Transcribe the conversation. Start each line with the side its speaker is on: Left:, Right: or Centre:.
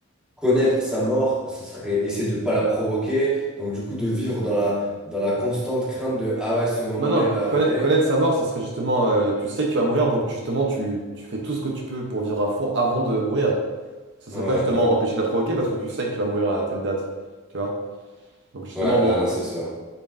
Centre: connaître sa mort, ce serait essayer de pas la provoquer. Donc du coup, de vivre dans la dans la constante crainte de ah ouais, ce moment-là,
Right: Maintenant, conna-
Centre: il va arriver.
Right: connaître sa mort, ça serait justement euh, tu sais que tu vas mourir donc justement tu, tu fais tout ce que tu peux pour vivre à fond avant de mourir. Ça serait
Centre: Ouais,
Right: pas justement
Centre: ouais,
Right: empêcher de la provoquer parce que tu sais que tu vas mourir à telle date, tu vois. Donc justement
Centre: ouais, euh,
Right: bon,
Centre: non, c'est ça.